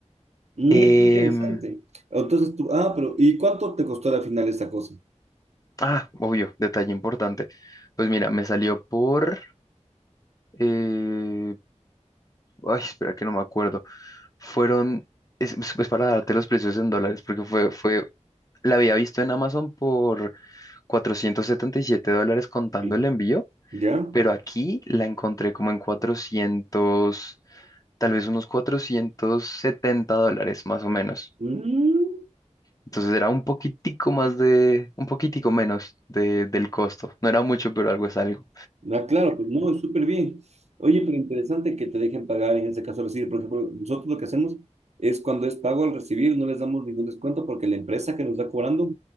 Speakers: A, on the right; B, on the left.
A: Mm,
B: Em,
A: qué interesante. Entonces tú, ah, pero ¿y cuánto te costó al final esa cosa?
B: ah, obvio, detalle importante. Pues mira, me salió por Eh, ay, espera que no me acuerdo. Fueron, es, es- pues para darte los precios en dólares, porque fue, fue, la había visto en Amazon por 477 dólares contando
A: Sí.
B: el envío,
A: ¿Ya?
B: pero aquí la encontré como en 400, tal vez unos 470 dólares más o menos.
A: Mm,
B: Entonces era un poquitico más de, un poquitico menos de, del costo. No era mucho, pero algo es algo.
A: Ah, claro, pues no, es súper bien. Oye, pero interesante que te dejen pagar en ese caso recibir. Por ejemplo, nosotros lo que hacemos es cuando es pago al recibir, no les damos ningún descuento porque la empresa que nos está cobrando